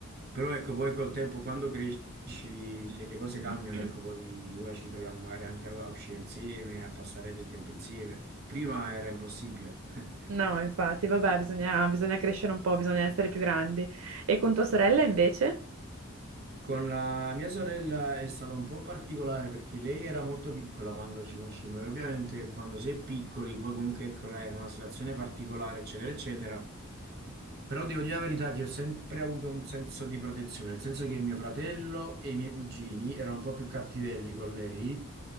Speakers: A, on the right; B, on the right.
A: Però ecco, poi col tempo, quando cresci, le, le cose cambiano,
B: <laughs>
A: ecco, poi ora ci troviamo magari anche a, a uscire insieme, a passare del tempo insieme. Prima era impossibile. <laughs>
B: No, infatti, vabbè, bisogna, bisogna crescere un po', bisogna essere più grandi. E con tua sorella invece?
A: Con la mia sorella è stato un po' particolare perché lei era molto piccola quando ci conoscemmo e ovviamente quando si è piccoli, poi comunque ecco, era una situazione particolare, eccetera, eccetera. Però devo dire la verità che ho sempre avuto un senso di protezione, nel senso che mio fratello e i miei cugini erano un po' più cattivelli con lei,